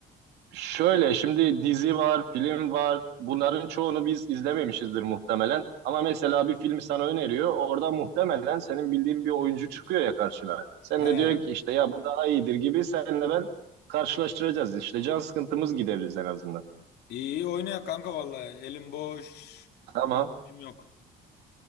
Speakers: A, on the right; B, on the left.
A: şöyle şimdi dizi var, film var. Bunların çoğunu biz izlememişizdir muhtemelen. Ama mesela bir film sana öneriyor. Orada muhtemelen senin bildiğin bir oyuncu çıkıyor ya karşına. Sen
B: He.
A: de diyor ki işte ya bu daha iyidir gibi senle ben karşılaştıracağız. işte can sıkıntımız gideririz en azından.
B: İyi oynayak kanka vallahi. Elim boş.
A: Tamam.
B: Hiç işim yok.